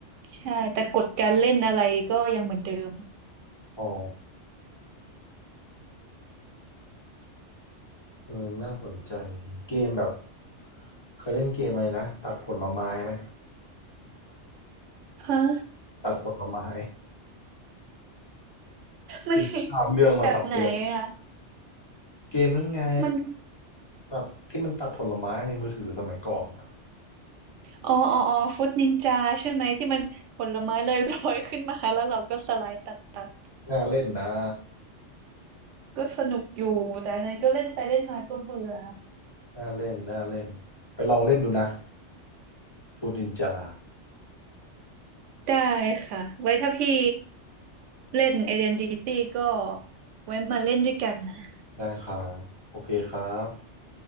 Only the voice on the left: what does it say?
อ๋อ เออน่าสนใจ เกมแบบเคยเล่นเกมอะไรนะตัดผลไม้ไหม
ตัดผลไม้
<laughs> ข้ามเรื่องมาตัดผลไม้
เกมนั้นไง
แบบที่มันตัดผลไม้ในมือถือสมัยก่อนอะ
น่าเล่นนะ
น่าเล่นน่าเล่นไปลองเล่นดูนะฟูดนินจา
ได้ครับโอเคครับ